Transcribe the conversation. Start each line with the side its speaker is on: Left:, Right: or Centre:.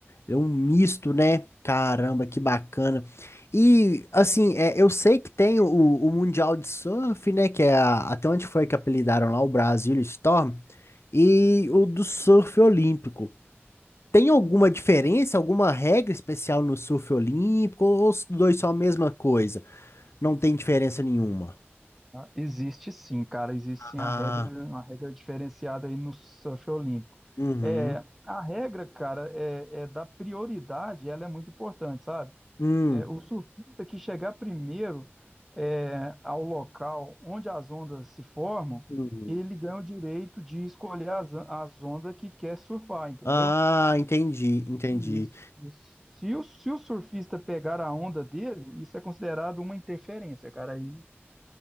Left: é um misto, né? Caramba, que bacana. E assim, é, eu sei que tem o, o Mundial de Surf, né? Que é a- até onde foi que apelidaram lá o Brasil Storm, e o do surf olímpico. Tem alguma diferença, alguma regra especial no surf olímpico, ou os dois são a mesma coisa? Não tem diferença nenhuma?
Centre: Existe sim, cara, existe sim
Left: Ah.
Centre: a regra, uma regra diferenciada aí no surf olímpico.
Left: Uhum.
Centre: É, a regra, cara, é, é da prioridade, ela é muito importante, sabe?
Left: Hum.
Centre: É, o surfista que chegar primeiro é, ao local onde as ondas se formam,
Left: Uhum.
Centre: ele ganha o direito de escolher as, as ondas que quer surfar, entendeu?
Left: Ah, entendi, entendi,
Centre: Isso, isso. Se o, se o surfista pegar a onda dele, isso é considerado uma interferência, cara, aí